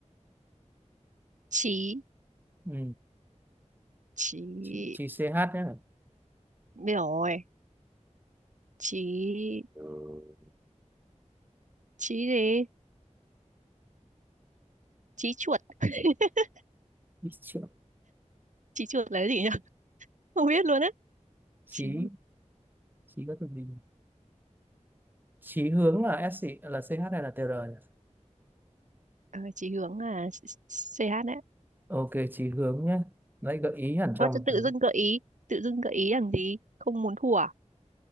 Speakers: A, on the right (about 80°); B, on the right (about 15°).
A: Chí,
B: ừ.
A: chí,
B: chí, chí CH nhé
A: biết rồi. Chí,
B: Ừ.
A: chí gì? Chí chuột. <laughs>
B: Ý chữ-
A: Chí chuột là cái gì nhỉ? Không biết luôn á.
B: chí
A: Chí,
B: chí có từ gì nhỉ? chí hướng là ét gì là CH hay là TR nhỉ?
A: ờ, chí hướng à? CH đấy.
B: ok chí hướng nhé lấy gợi ý hẳn cho
A: Ơ,
B: một
A: chứ tự
B: thứ
A: dưng gợi ý, tự dưng gợi ý làm gì? Không muốn thua à?